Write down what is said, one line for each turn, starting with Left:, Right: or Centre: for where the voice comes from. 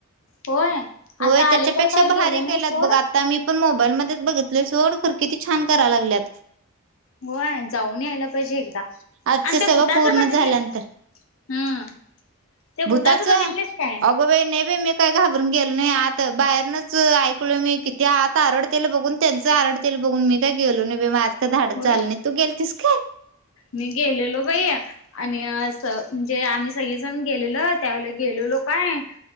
Left: होय
Right: होय,
Left: आता
Right: त्याच्यापेक्षा
Left: अलीकड काही गेलं
Right: भारी
Left: नाही
Right: केल्यात
Left: सोड
Right: बघ आता मी पण मोबाईलमध्ये बघितलोय सोड, खरं किती छान करा लागल्यात. - <inaudible>
Left: होय, जाऊन आयला पाहिजे एकदा
Right: आजच
Left: आणि त्या
Right: सगळं
Left: भूताच
Right: पूर्ण
Left: बघितलेस,
Right: झाल्यानंतर
Left: हम्, ते भूताच
Right: भूताचं
Left: बघितलेस काय?
Right: अगं बाई नाही बाई मी काय गेलो नाही आत, बाहेरनच ऐकलोय मी, किती आत आरडतेल बघून त्यांच आरडतेल बघून मी काय गेलो नाही बाई काय धाडच
Left: होय
Right: झालं नाही तू गेलतीस काय
Left: मी गेलेलो, बाई आणि अस म्हणजे आम्ही सगळी जण गेलेलोत. त्याला गेलोलो काय?